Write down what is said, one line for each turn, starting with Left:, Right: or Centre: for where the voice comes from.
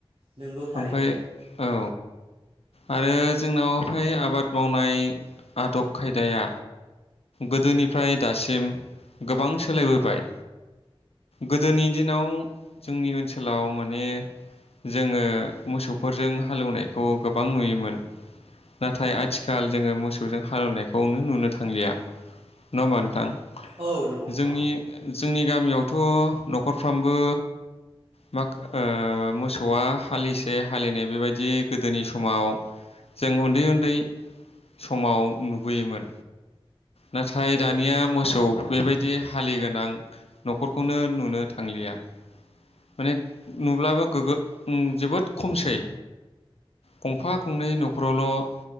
Right: नोंगौ थारैनो
Left: ओमफ्राय औ आरो जोंनावहाय आबाद मावनाय आदब खायदाया गोदोनिफ्राय दासिम गोबां सोलायबोबाय गोदोनि दिनाव जोंनि ओनसोलाव माने जोङो मोसौफोरजों हालेवनायखौ गोबां नुयोमोन नाथाय आथिखाल जोङो मोसौजों हालेवनायखौनो नुनो थांलिया नङा होमबा नोंथां जोंनि
Right: औ नंगौ नोंथां
Left: जोंनि गामियावथ' न'खरफ्रामबो ओ मोसौआ हालिसे हालिनाय बेबायदि गोदोनि समाव जों उन्दै उन्दै समाव नुबोयोमोन नाथाय
Right: औ
Left: दानिया मोसौ बेबायदि हालिगोनां न'खरखौनो नुनो थांलिया माने नुब्लाबो गोगो जोबोद खमसै गंफा गंनै न'खरावल'